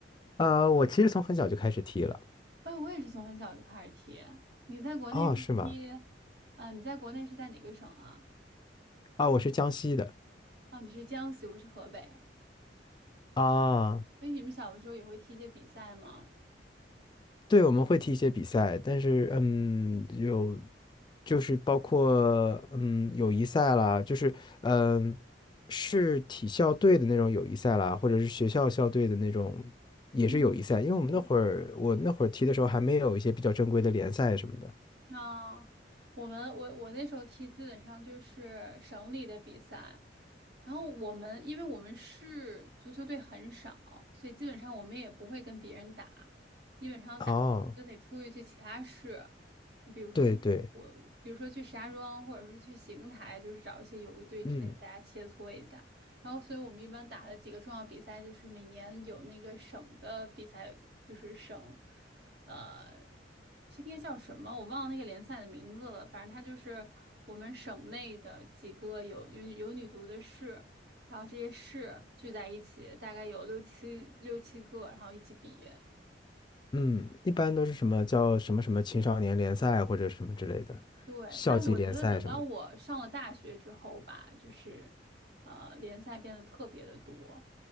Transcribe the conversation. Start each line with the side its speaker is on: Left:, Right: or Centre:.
Left: 呃，我其实从很小就开始踢了。
Right: 哎，我也是从很小就开始踢。你在国内是踢，
Left: 哦，是吗？
Right: 嗯、你在国内是在哪个省啊？
Left: 啊，我是江西的。
Right: 哦，你是江西，我是河北，
Left: 啊，
Right: 所以你们小的时候也会踢一些比赛吗？
Left: 对，我们会踢一些比赛，但是嗯，有就是包括嗯友谊赛啦，就是嗯是体校队的那种友谊赛啦，或者是学校校队的那种也是友谊赛，
Right: 嗯
Left: 因为我们那会儿我那会儿踢的时候还没有一些比较正规的联赛什么的。
Right: 那我们我我那时候踢基本上就是省里的比赛，然后我们因为我们市足球队很少，所以基本上我们也不会跟别人打，基本上打就得出去去其他市，
Left: 哦，
Right: 比如说去我比如说去石家庄或者是去邢台，
Left: 对对，
Right: 就是找一些友谊队之类，
Left: 嗯
Right: 大家切磋一下。然后，所以我们一般打的几个重要比赛就是每年有那个省的比赛，就是省。呃，这应该叫什么？我忘了那个联赛的名字了。反正它就是我们省内的几个有有有女足的市，然后这些市聚在一起，大概有六七六七个，然后一起比。
Left: 嗯，一般都是什么叫什么什么青少年联赛或者什么之类的，
Right: 对，
Left: 校级联赛什么的。
Right: 但我觉得等到我上了大学之后吧，就是呃，联赛变得特别的多，